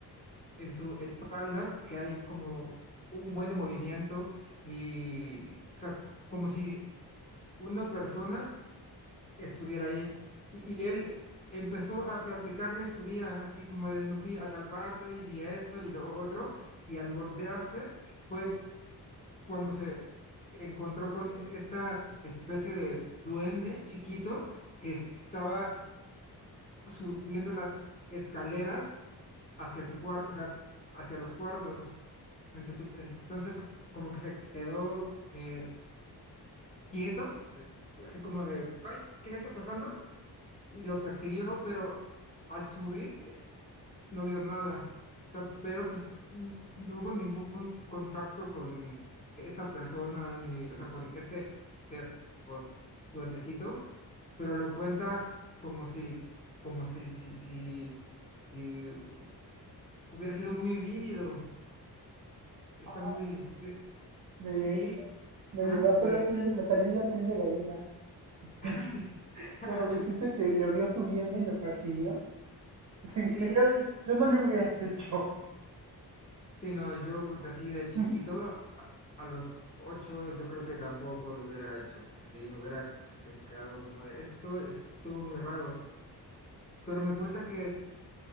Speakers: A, on the left; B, on the right.
A: en su espalda que hay como un buen de movimiento y, o sea, c- como si una persona estuviera ahí. Y, y él empezó a platicarle su día, así como de, no fui a tal parte y vi esto y lo otro, y al voltearse fue cuando se encontró con esta especie de duende chiquito que estaba subiendo las escaleras hacia su cuarto, o sea, hacia los cuartos. Ent- Entonces, como que se quedó eh, quieto, eh, así como de, ay, ¿qué está pasando? Y lo persiguió, pero al subir no vio nada. O sea, pero pues n- no hubo ningún contacto con esta persona, ni, o sea, con este ser o duendecito, pero lo cuenta como si, como si, si, si, si hubiera sido muy vívido. Está
B: Ah,
A: muy, Sí.
B: Me,
A: y,
B: me
A: ah,
B: levantó
A: te,
B: la piel, me salió la piel de gallina. <laughs>
A: <laughs> ah, sí.
B: Sí,
A: <laughs>
B: cuando dijiste que lo vio subiendo y lo persiguió, <laughs> sí
A: Sí,
B: dije, yo, yo no lo hubiera hecho.
A: Sí, no, yo así de chiquito,
B: <laughs>
A: a a los ocho yo creo que tampoco lo hubiera hecho, así me hubiera que- quedado como de, esto estuvo muy raro, pero me cuenta que